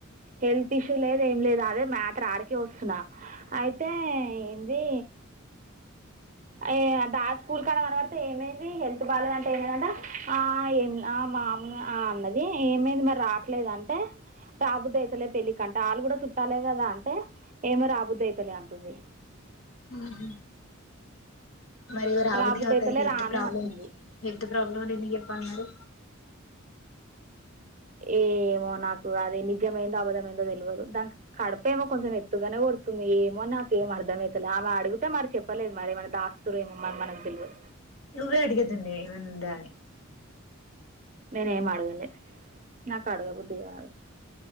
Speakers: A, on the right (about 40°); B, on the left (about 85°).
A: హెల్త్ ఇష్యూ లేదు ఏం లేదు అదే మ్యాటర్ ఆడికే వస్తున్నా అయితే ఏంది ఏ స్కూల్ కాడ కనబడితే ఏమైంది హెల్త్ బాగలేదంటే ఏమైందంట ఆ ఏం మామూలు ఆ అన్నది ఏమైంది మరి రావట్లేదు అంటే రాబుద్దు అయితలే పెళ్లికి అంట వాళ్ళు చుట్టాలే కదా అంటే ఏమో రాబుద్ధి అయితలే అంటుంది
B: హ్మ్మ్ మరి రాబుదీ
A: రాబుద్ది
B: కాక
A: అవుతలే
B: హెల్త్
A: రాను
B: ప్రాబ్లమ్
A: అంటుంది
B: హెల్త్ ప్రాబ్లమ్ ఎందుకు పల్నాడు
A: ఏ ఏమో నాకు అదిే నిజమైందో అబధమైందో తెలియదు దానికి కడుపు ఏమో కొంచెం ఎత్తుగానే డుతుంది ఏమో నాక ఏం అర్థమవుసలే ఆమె అడిగితే మరి చెప్పలేదు మరి ఏమ దాస్తురు ఏమో మరి మనకు తెలివదు
B: నువ్వే అడిగేది ఏమైనా ఉందా అని
A: నేనేం అడగలే నాకు అడగ బుద్ధి కాదు